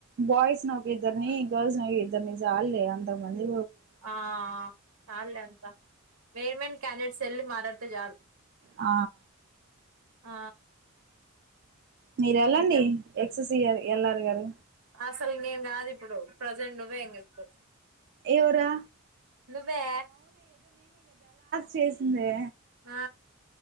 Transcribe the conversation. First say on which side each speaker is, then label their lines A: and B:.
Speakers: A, on the right (about 50°); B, on the right (about 70°).
A: బాయ్స్ నకిద్దర్ని గర్ల్స్ నవద్దర్నీ చాలులే అంత మంది
B: ఆ చాలే అంతా బేర్ మేన్ క్యాడిడేట్స్ ఎల్ మార త్త చాలు
A: ఆ
B: ఆ
A: మీరు వెళ్ళండి
B: ఇంకేం
A: ఎక్సయ్యాలి ఎల్ ఆర్ గారు
B: అసలు నేను కాదు ఇప్పుడు ప్రజెంట్ నువ్వే ఇ ఇప్పుడు
A: ఎవరా
B: నువ్వే
A: చేసింది
B: ఆ